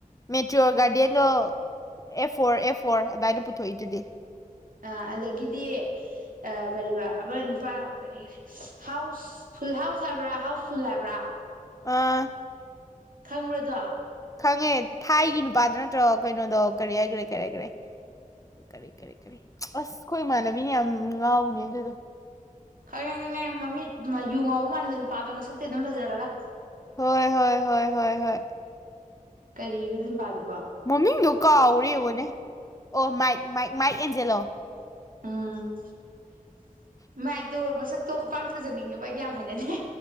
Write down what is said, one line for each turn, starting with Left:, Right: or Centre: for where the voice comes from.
Left: ꯃꯦꯇ꯭ꯔꯣ ꯒꯥꯔꯗꯤꯟꯗꯣ ꯑꯦ ꯐꯣꯔ ꯑꯦ ꯐꯣꯔ ꯑꯗꯨꯃꯏꯅ ꯄꯨꯊꯣꯛꯏꯗꯨꯗꯤ
Right: ꯑ ꯑꯗꯒꯤꯗꯤ ꯀꯔꯤꯕ ꯑꯃ ꯅꯨꯄꯥ ꯀꯔꯤ ꯍꯥꯎꯁ ꯐꯨꯜ ꯍꯥꯎꯁ ꯍꯥꯏꯕ꯭ꯔꯥ ꯍꯥꯎꯁ ꯐꯨꯜ ꯍꯥꯏꯕ꯭ꯔꯥ
Left: ꯑꯥ
Right: ꯈꯪꯕ꯭ꯔꯗꯣ
Left: ꯈꯪꯉꯦ ꯊꯥꯏꯒꯤ ꯅꯨꯄꯥꯗ ꯅꯠꯇ꯭ꯔꯣ ꯀꯩꯅꯣꯗꯣ ꯀꯔꯤ ꯍꯥꯏꯈ꯭ꯔꯦ ꯀꯔꯤ ꯍꯥꯏꯈ꯭ꯔꯦ ꯀꯔꯤ ꯀꯔꯤ ꯀꯔꯤ ꯑꯁ ꯑꯩꯈꯣꯏ ꯏꯃꯥꯟꯅꯕꯤꯅ ꯌꯥꯝ ꯉꯥꯎꯕꯅꯦ ꯑꯗꯨꯗꯣ
Right: ꯈꯪꯉꯦ ꯈꯪꯉꯦ ꯃꯃꯤꯠ ꯌꯨꯡꯉꯕ ꯃꯥꯟꯕꯗ ꯅꯨꯄꯥꯗꯣ ꯃꯁꯛꯇꯤ ꯑꯗꯨꯝ ꯐꯖꯔꯒ
Left: ꯍꯣꯏ ꯍꯣꯏ ꯍꯣꯏ ꯍꯣꯏ ꯍꯣꯏ
Right: ꯀꯔꯤ ꯑꯣꯏ ꯑꯗꯨ ꯅꯨꯄꯗꯣ
Left: ꯃꯃꯤꯡꯗꯨ ꯀꯥꯎꯔꯦꯉꯅꯦ ꯑꯣ ꯃꯥꯏꯛꯥꯏ ꯃꯥꯏꯛ ꯑꯦꯟꯖꯦꯜꯂꯣ
Right: ꯑꯝ ꯃꯗ ꯃꯁ ꯇꯣ ꯄꯥꯡ ꯊꯥꯖꯅꯤꯡꯉꯦ ꯚ ꯑꯩꯗꯤ ꯌꯥꯝ ꯍꯥꯏꯅꯅꯦ